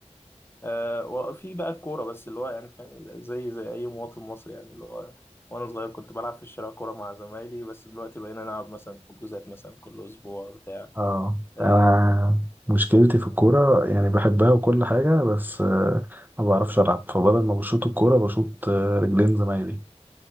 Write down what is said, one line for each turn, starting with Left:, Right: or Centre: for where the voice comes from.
Left: آه وفي بقى الكوره بس اللي هو يعني فاهم زي زي اي مواطن مصري يعني اللي هو وانا صغير كنت بلعب في الشارع كوره مع زمايلي بس دلوقتي بقينا نلعب مثلا حجوزات مثلا كل اسبوع بتاع
Right: اه
Left: آه
Right: انا مشكلتي في الكوره يعني بحبها وكل حاجه بس آه، ما بعرفش العب فبدل ما بشوط الكوره بشوط آه، رجلين زمايلي